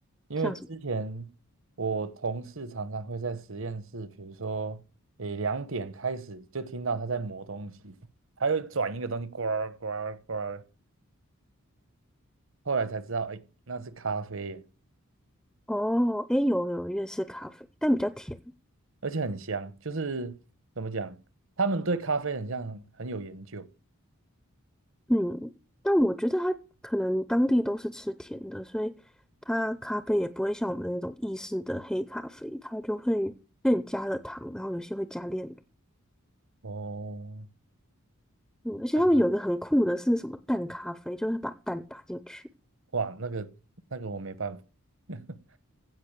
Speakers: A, on the right (about 60°); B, in the centre.
A: 因为之前我同事常常会在实验室，
B: 像什么。
A: 比如说，诶，两点开始就听到他在磨东西，他会转一个东西，呱儿呱儿呱儿后来才知道，诶，那是咖啡耶，
B: 哦，诶，有有粤式咖啡，但比较甜。
A: 而且很香，就是怎么讲，他们对咖啡很像很有研究
B: 嗯，但我觉得它可能当地都是吃甜的，所以它咖啡也不会像我们那种意式的黑咖啡，它就会更加了糖，然后有些会加炼乳。
A: 哦，
B: 嗯，而且他们有一个很酷的是什么蛋咖啡，
A: 还蛮
B: 就是把蛋打进去，
A: 哇，那个那个我没办法 <laughs>